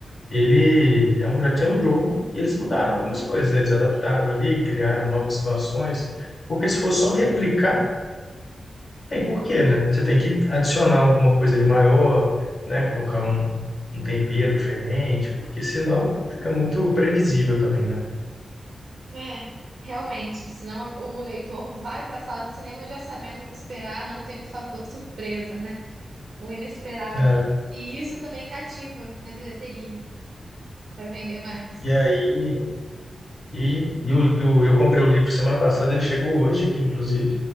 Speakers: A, on the left; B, on the right.
A: ele é um, já tinha um jogo e eles mudaram algumas coisas, eles adaptaram ali, criaram novas situações, porque se for só replicar, tem porquê,
B: Hum.
A: né? Você tem que adicionar alguma coisa ali maior, né? Colocar um, um tempero diferente, porque senão fica muito previsível também, né?
B: É, realmente. Senão o leitor vai pra sala de cinema já sabendo o que esperar, não tem o fator surpresa, né? O inesperado.
A: É,
B: E isso também cativa na bilheteria, pra vender mais.
A: e aí, e, e o- e o- eu comprei o livro semana passada, ele chegou hoje aqui, inclusive,